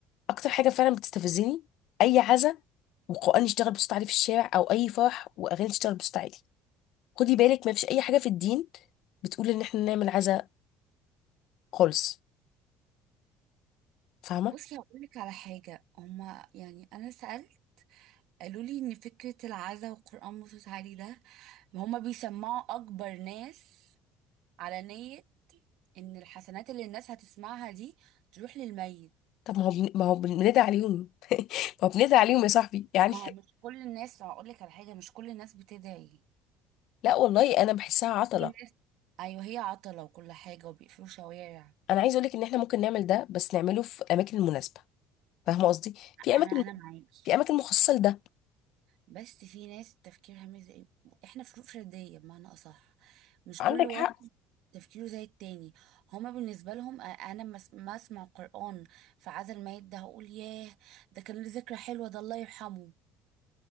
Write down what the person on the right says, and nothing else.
بصي هقول لك على حاجة هما يعني أنا سألت قالوا لي إن فكرة العزا والقرآن مصوت عليه ده هما بيسمعوا أكبر ناس على نية إن الحسنات اللي الناس هتسمعها دي تروح للميت
ما هو مش كل الناس هقول لك على حاجة مش كل الناس بتدعي
في ناس ايوه هي عطلة وكل حاجة وبيقفلوا شوارع
انا
انا معاكي
بس في ناس تفكيرها مش زي احنا فروق فردية بمعنى اصح مش
كل واحد
تفكيره زي التاني هما بالنسبة لهم أ- انا ما أس- ما اسمع قرآن في عزا الميت ده هقول ياه ده كان له ذكرى حلوة ده الله يرحمه